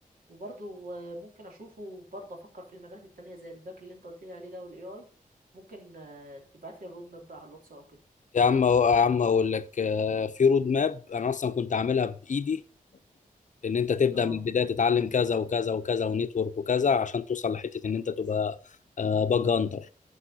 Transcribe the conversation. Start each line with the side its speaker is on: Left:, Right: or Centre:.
Right: وبرضه آه، ممكن اشوفه برضه افكر في المجالات التانية زي الباك اللي انت قلت لي عليه ده والاي اي ممكن آه، تبعت لي الرود ماب بقى على الواتس او كده
Left: يا عم يا عم اقول لك آه، في رود ماب انا اصلا كنت عاملها بايدي ان انت تبدا
Right: اه
Left: من البدايه تتعلم كذا وكذا وكذا ونتورك وكذا عشان توصل لحته ان انت تبقى باج هانتر